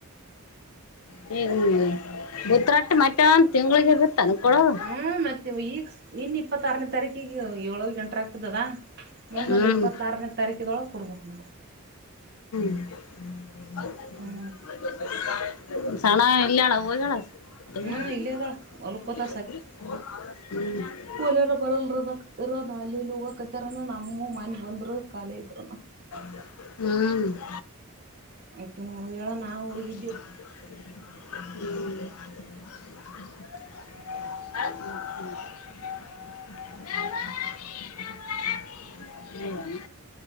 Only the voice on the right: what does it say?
ಹು ಮತ್ತ ಇವ ಈಗ ನಿನ್ನೆ ಇಪ್ಪತ್ತ ಆರನೇ ತಾರೀಕಿಗೆ ಏಳ ಎಂಟರಾಗ ಬಿದ್ದದಾ. ಮುಂದಲು
ಇಪ್ಪತ್ತಾರನೇ ತಾರೀಕಿದೊಳಗ ಕೊಡಬೇಕು ನಾ
ಹ್ಮ್
ಹ್ಮ್ ಇಲ್ಲೇ
ಅದಾಳ ಹೊಲ್ಕೋತ
ಕೂಲೆರ ಬರಲಡ್ರಣಾಕತ್ತಾರ ನಾ ಅಲ್ಲಿಲ್ಲಿ ಹೋಗಕತ್ತಾರನ ನಮ್ಮ ಮನೆಗ್ ಬಂದ್ರ ಕಾಲಿ ಇದ್ರನ
ಅಕಿನೂ ಹೋಗ್ಯಾಳ ನಾವು ಹೊಗೆವ್